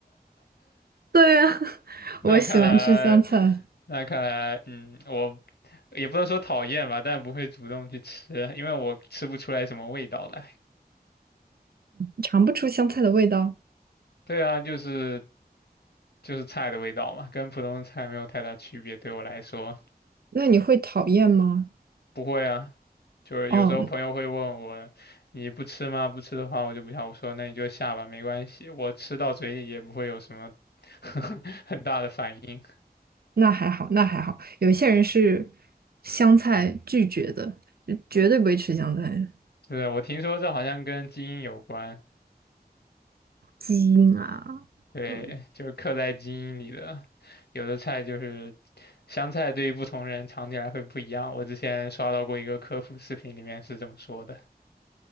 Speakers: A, on the right; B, on the left.
A: 对呀，<laughs>
B: 那看来，
A: 我喜欢吃香菜，
B: 那看来，嗯，我也不能说讨厌吧，但不会主动去吃，因为我吃不出来什么味道来。
A: 尝不出香菜的味道。
B: 对啊，就是就是菜的味道嘛，跟普通菜没有太大区别，对我来说。
A: 那你会讨厌吗？
B: 不会啊，就是有时候朋友会问我，
A: 哦，
B: 你不吃吗？不吃的话我就不想。我说那你就下吧，没关系，我吃到嘴里也不会有什么 <laughs> 很大的反应。
A: 那还好，那还好。有一些人是香菜拒绝的，就绝对不会吃香菜的
B: 是，我听说这好像跟基因有关，
A: 基因啊。
B: 对，
A: 嗯
B: 就是刻在基因里的。有的菜就是香菜，对于不同人尝起来会不一样。我之前刷到过一个科普视频，里面是这么说的。